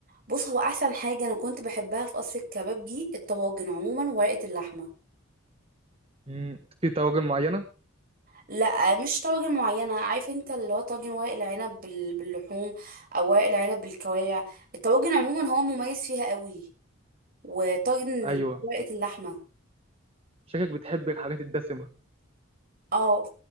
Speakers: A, on the right (about 45°); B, on the right (about 30°).
A: بص هو احسن حاجه انا كنت بحبها في قصر الكباب دي الطواجن عموما وورقه اللحمه
B: مم، في طواجن معينه
A: لا مش طواجن معينة عارف انت اللي هو طاجن ورق العنب بال- باللحوم او ورق العنب بالكوارع الطواجن عموما هو مميز فيها قوي وطاجن
B: ايوه
A: اللي هو ورقة اللحمة
B: شكلك بتحب الحاجات الدسمه
A: اه